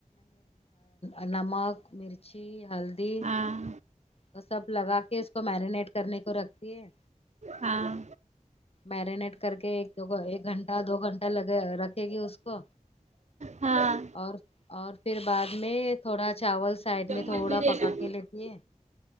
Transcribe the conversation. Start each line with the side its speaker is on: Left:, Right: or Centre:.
Left: ا نمک مرچی ہلدی
Right: ہاں
Left: وہ سب لگا کے اس کو مرینیٹ کرنے کو رکھتی ہے
Right: ہاں
Left: مرینیٹ کر کے ایک ایک گھنٹہ دو گھنٹہ لگے رکھے گی اس کو
Right: ہاں
Left: اور اور پھر بعد میں تھوڑا چاول سائڈ
Right: چمچ
Left: میں تھوڑا
Right: بھی دینا
Left: پکا کے لی یہ